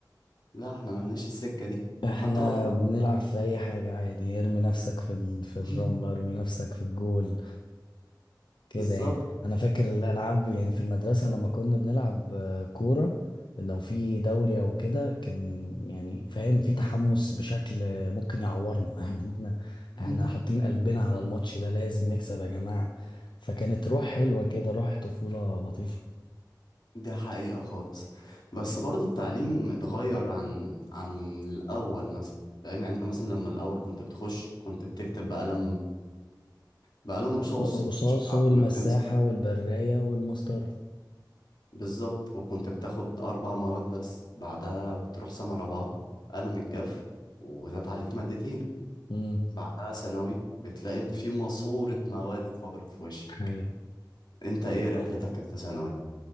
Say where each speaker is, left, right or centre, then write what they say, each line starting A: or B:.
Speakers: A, on the left; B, on the left.
A: لا إحنا ملناش السكة دي
B: احنا
A: حتى لو طلعت
B: بنلعب في اي حاجه عادي ارمي نفسك في ال... في
A: <laughs>
B: الرمله ارمي نفسك في الجول كده
A: بالظبط
B: يعني انا فاكر الالعاب يعني في المدرسه لما كنا بنلعب آه، كوره لو في دوري او كده كان يعني فاهم في تحمس بشكل آه، ممكن يعورنا <laughs> يعني احنا
A: <laughs>
B: احنا حاطين قلبنا على الماتش ده لازم نكسب يا جماعه فكانت روح حلوه كده روح طفوله لطيفه
A: دي حقيقة خالص بس برضو التعليم اتغير عن عن الأول مثلا فاهم يعني أنت مثلا لما الأول كنت بتخش كنت بتكتب بقلم بقلم رصاص
B: الرصاص
A: عشان تعرف
B: والمساحه
A: إنك تمسح
B: والبرايه والمسطره
A: بالظبط وكنت بتاخد أربع مواد بس بعدها بتروح سنة رابعة قلم الجاف وزاد عليك مادتين
B: امم
A: بعدها ثانوي بتلاقي في ماسورة مواد اتفجرت في وشك
B: ايوه
A: أنت إيه رحلتك كانت في ثانوي؟